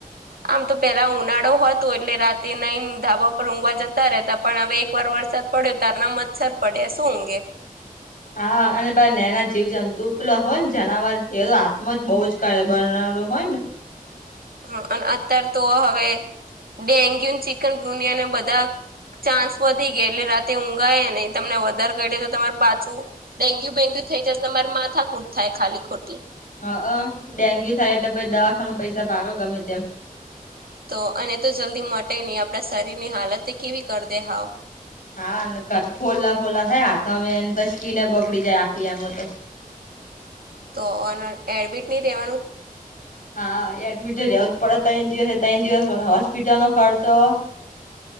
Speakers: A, on the right (about 80°); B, on the left (about 65°).
A: આમ તો પેલા ઉનાળો હતો એટલે રાતે નઈ ધાબા પર ઊંઘવા જતા રહેતા પણ હવે એકવાર વરસા પડ્યો તારના મચ્છર પડ્યા શું ઊઘે
B: હા અને પાછા નાના જીવ જંતુ પેલા હોય ને જનાવર એ તો હાથ માં જ બહુ જ કર બરા રો હોય ને
A: હ અને અત્યાર તો હવે ડેન્ગ્યુ ચિકન પુનિયા અને બધા ચાન્સ વધી ગયા એટલે રાતે ઊંઘાાય નહી તમને વધારે કરીએ તો તમારે પાછુ. ડેન્ગ્યુ બેેન્ગ્યુ થઈ જશે તમારી માથા કૂટ થાય ખાલી ખોટી
B: હ અ ડેન્ગ્યુ થાય એટલે પછી દવાખાનું પૈસા ભાગો ગમે તેમ
A: તો અને તો જલ્દી મટે નહી, આપણા શરીર ની હાલત કેવી કરી દે હાવ.
B: હા ફોલા ફોલા થાય હાથમે એને પછી સ્કીને બગડી જાય આખી આમાં તો
A: તો ઓન એડમિટ નહીં રહેવાનું
B: હા એડમિટ રેવું જ પડે ત્રણ દિવસે ત્રણ દિવસ હોસ્પિટલ નો ખર્ચો